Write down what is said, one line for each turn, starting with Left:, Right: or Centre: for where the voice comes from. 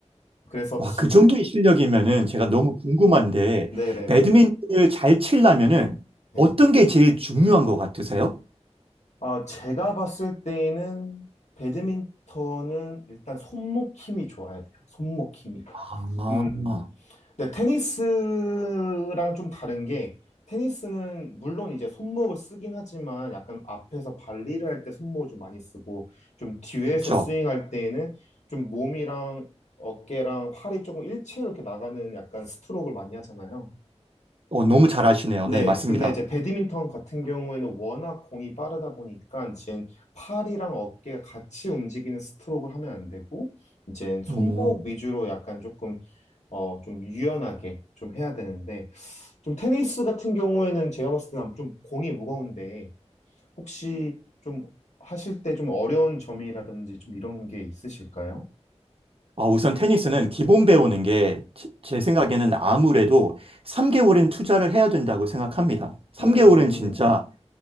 Left: 그래서,
Right: 와, 그 정도의 실력이면은 제가 너무 궁금한데,
Left: 네네네.
Right: 배드민턴을 잘 치려면은
Left: 네.
Right: 어떤 게 제일 중요한 것 같으세요?
Left: 아, 제가 봤을 때는 에 배드민턴은 일단 손목 힘이 좋아야 돼요. 손목 힘이.
Right: 아,
Left: 음. 근데 테니스랑 좀 다른 게 테니스는 물론 이제 손목을 쓰긴 하지만 약간 앞에서 발리를 할 때 손목을 좀 많이 쓰고 좀 뒤에서
Right: 그렇죠.
Left: 스윙할 때에는 좀 몸이랑 어깨랑 팔이 조금 일체로 이렇게 나가는 약간 스트로크를 많이 하잖아요.
Right: 어, 너무 잘하시네요.
Left: 네,
Right: 네, 맞습니다.
Left: 근데 이제 배드민턴 같은 경우에는 워낙 공이 빠르다 보니까 이제 팔이랑 어깨가 같이 움직이는 스트로크를 하면 안 되고 이제 손목
Right: 오.
Left: 위주로 약간 조금 어 좀 유연하게 좀 해야 되는데 좀 테니스 같은 경우에는 제가 봤을 때는 좀 공이 무거운데 혹시 좀 하실 때 좀 어려운 점이라든지 좀 이런 게 있으실까요?
Right: 아, 우선 테니스는 기본 배우는 게 제 생각에는 아무래도 3개월은 투자를 해야 된다고 생각합니다. 3개월은
Left: 음,
Right: 진짜